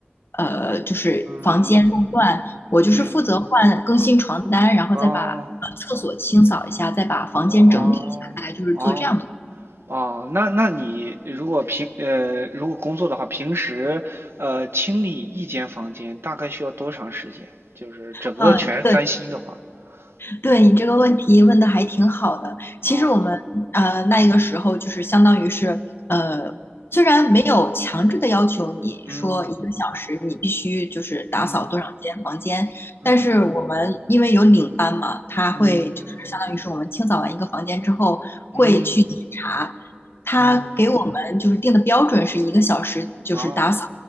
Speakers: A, on the left; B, on the right.
A: 呃就是房间弄乱，
B: 嗯
A: 我就是负责换更新床单，
B: 嗯，
A: 然后再把。
B: 哦
A: 呃，厕所清扫一下，再把房间整理一下，
B: 哦哦哦
A: 大概就是做这样的。
B: 哦，那那你如果平呃如果工作的话，平时呃清理一间房间大概需要多长时间？就是整个全翻新的话，
A: 嗯，对，对你这个问题问的还挺好的。
B: 嗯
A: 其实我们呃那一个时候就是相当于是呃，
B: 嗯
A: 虽然没有强制的要求你说一个小时你必须就是打扫多少间房间，
B: 嗯嗯嗯
A: 但是我们因为有领班嘛，他会就是相当于是我们清扫完一个房间之后会去检查，
B: 嗯嗯嗯
A: 他给我们就是定的标准是一个小时就是打扫
B: 嗯，哦。